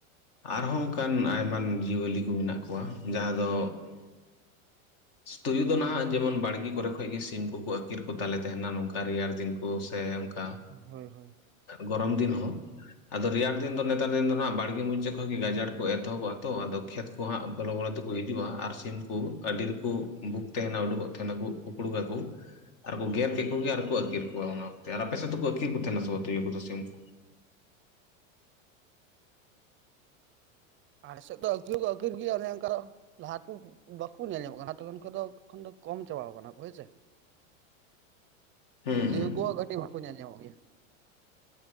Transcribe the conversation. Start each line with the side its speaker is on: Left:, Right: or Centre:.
Left: ᱟᱨᱦᱚᱸ ᱚᱱᱠᱟᱱ ᱟᱭᱟᱱ ᱡᱤᱭᱟᱹᱞᱤ ᱠᱚ ᱢᱮᱱᱟᱜ ᱠᱚᱣᱟ᱾ ᱡᱟᱦᱟᱸ ᱫᱚ ᱛᱩᱭᱩ ᱫᱚ ᱱᱟᱦᱟᱜ ᱡᱮᱢᱚᱱ ᱵᱟᱲᱜᱮ ᱠᱚᱨᱮ ᱠᱷᱚᱱ ᱜᱮ ᱥᱤᱢ ᱠᱚᱠᱚ ᱟᱹᱠᱤᱨ ᱠᱚᱛᱟᱞᱮ ᱛᱟᱦᱮᱱᱟ ᱱᱚᱝᱠᱟ ᱨᱮᱭᱟᱲ ᱫᱤᱱ᱾ ᱠᱚ ᱥᱮ ᱚᱱᱠᱟ
Right: ᱦᱳᱭ ᱦᱳᱭ
Left: ᱜᱚᱨᱚᱢ ᱫᱤᱱ ᱦᱚᱸ᱾ ᱟᱫᱚ ᱨᱮᱭᱟᱲ ᱫᱤᱱ ᱫᱚ ᱱᱮᱛᱟᱨ ᱫᱤᱱ ᱫᱚᱱᱟᱜ ᱵᱟᱲᱜᱮ ᱢᱩᱪᱟᱹ ᱠᱷᱚᱱᱚᱡ ᱜᱮ ᱜᱟᱡᱟᱲ ᱠᱚ ᱮᱛᱚᱦᱚᱵᱚᱜᱼᱟ ᱛᱚ ᱟᱫᱚ ᱠᱷᱮᱛ ᱩᱱᱠᱩ ᱦᱟᱸᱜ ᱵᱚᱞᱚ ᱵᱚᱞᱚ ᱛᱮᱠᱚ ᱦᱤᱡᱩᱜᱼᱟ ᱟᱨ ᱥᱤᱢ ᱠᱚ ᱟᱹᱰᱤ ᱨᱮᱠᱚ ᱵᱷᱩᱠ ᱛᱟᱦᱮᱱᱟ ᱩᱰᱩᱠᱚᱜ ᱛᱟᱦᱮᱱᱟᱠᱚ ᱠᱩᱯᱲᱩᱠ ᱟᱠᱠᱚ ᱟᱨᱠᱚ ᱜᱮᱨ ᱠᱮᱫ ᱠᱚᱜᱮ ᱟᱨᱠᱚ ᱟᱹᱠᱤᱨ ᱠᱚᱣᱟ ᱚᱱᱟ ᱚᱠᱛᱮ, ᱟᱨ ᱟᱯᱮ ᱥᱮᱫ
Right: ᱦᱳᱭ
Left: ᱫᱚᱠᱚ ᱟᱹᱠᱤᱨ ᱠᱚ ᱛᱟᱦᱮᱱᱟ ᱥᱮᱤᱭᱟᱹ ᱠᱚᱫᱚ ᱥᱤᱢ ᱠᱚ?
Right: ᱟᱞᱮᱥᱮᱫ ᱫᱚ ᱟᱠᱤᱨ ᱠᱚ ᱟᱹᱠᱷᱤᱨ ᱜᱮᱭᱟ ᱚᱱᱮᱠᱟ ᱞᱟᱦᱟ ᱠᱚ ᱵᱟᱠᱚ ᱧᱮᱞ ᱧᱟᱢᱚᱜ ᱠᱟᱱᱟ ᱞᱟᱦᱟ ᱛᱚᱚᱱ ᱠᱷᱚᱱ ᱫᱚ ᱮᱚᱱ ᱫᱚ ᱠᱚᱢ ᱪᱟᱵᱟ ᱠᱟᱱᱟ ᱦᱳᱭᱥ᱾
Left: ᱦᱩᱸ
Right: ᱛᱟᱹᱭᱟᱹ
Left: ᱦᱩᱸ
Right: ᱠᱚᱣᱟᱜ ᱠᱟᱴᱤ ᱵᱷᱠᱩ ᱧ ᱡᱟᱢ ᱜᱮᱭᱟ᱾